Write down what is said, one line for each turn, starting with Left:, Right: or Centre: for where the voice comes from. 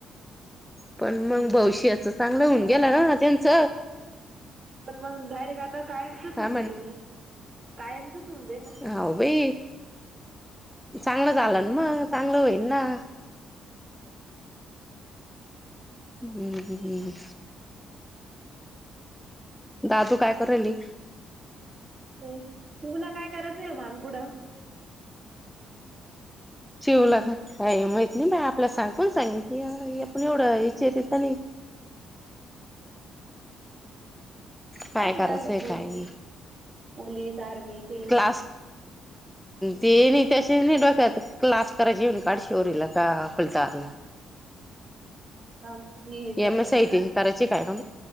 Centre: पण
Right: म्हणजे
Centre: मग भविष्याच
Right: आता तीच
Centre: चांगलं
Right: नाही
Centre: होऊन
Right: का?
Centre: गेल ना त्यांच.
Right: पण मग डायरेक्ट आता कायमचच
Centre: काय
Right: होऊन जाईल ना, कायमचच होऊन जाई.
Centre: हा बाई चांगलं झालं ना, मग चांगलं होईन ना.
Right: हो.
Centre: हू. हू. हू. हू. दादू काय करले?
Right: नाही तुला काय करायचंय आहे <inaudible> बाळ पुढं
Centre: जेवला का काय माहित नाही, बा आपल सांग कोण सांगितलं ते पण एवढं विचारत नाही. काय
Right: असल
Centre: करायचंय
Right: ना ग <inaudible> पोल
Centre: काय नाही
Right: पोलीस आर्मी काही
Centre: आस. ते नाही. ती अशी नाही बसत क्लास करायची काडशिवरील आता पलसारला.
Right: <unintelligible> <inaudible> करेल
Centre: एम एस
Right: होत
Centre: सी आय
Right: ना
Centre: टी करायची काय <inaudible> पण